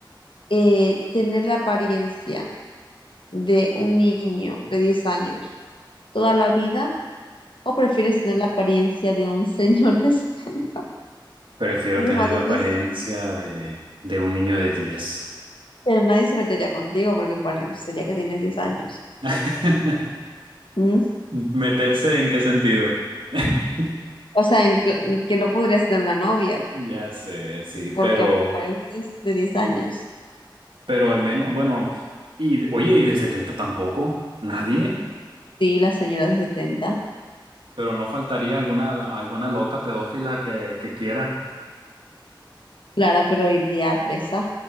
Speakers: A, on the left; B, on the right.
A: eh, tener la apariencia de un niño de 10 años toda la vida o prefieres tener la apariencia de un señor de... <laughs>
B: Prefiero
A: Eso
B: tener
A: es más
B: la
A: difícil.
B: apariencia de, de un niño de 10.
A: Pero nadie se metería contigo porque parecería que tienes 10 años.
B: <laughs>
A: Mm,
B: ¿Meterse en qué sentido? <laughs>
A: O sea, en cl- que no podrías tener una novia
B: Ya sé, sí,
A: porque
B: pero,
A: apareces de 10 años.
B: pero al menos, bueno, y oye, y de 70 tampoco, nadie,
A: Sí, la señora de setenta.
B: pero no faltaría alguna, alguna loca pedófila que, que quiera.
A: Claro, pero iría a presa.